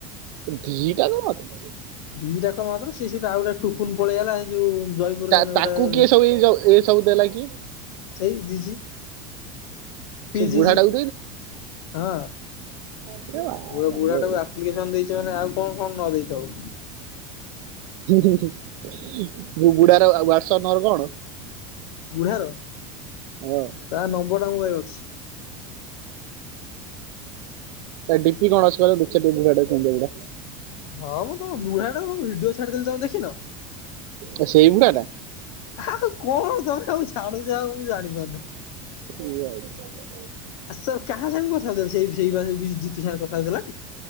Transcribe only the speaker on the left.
ଦିଟା କଲ ମାତ୍ର ସେଇଟା ଆଉ ଗୋଟେ ଟୁକୁନ ପଳେଇଗଲା ଏଇ ଯୋଉ ଜୟପୁର
ଜଣେ
ଗୋଟା ହେଲା।
ସେଇ ଦିଜିି ପି
ଜି
ଜି ହଁ
ପୁରା ବୁଢା ଟାକୁ ଦା <unintelligible> ଦେଇଛି ମାନେ ଆଉ କଣ କଣ ନ ଦେଇଥାଉ।
ବୁଢାର
ତା ନମ୍ବରଟା ମୋ ପାଖରେ ଅଛି।
ହଁ ମୁଁ ତମ ବୁଢାଟା ଭିଡିଓ ଛାଡିଦେଲି ତମେ ଦେଖିନ।
ଆଉ କଣ ତମେ ଆଉ ଜାଣୁଛ ଆଉ ମୁଁ ଜାଣିପାରୁନି।
ଆ ସାର୍ କାହା ସାଙ୍ଗ କଥା ହଉ ଦେଲେ ସେଇ ସେଇ କିଛି ଜିତୁ ସାଙ୍ଗ କଥା ହଉ ଦେଲା।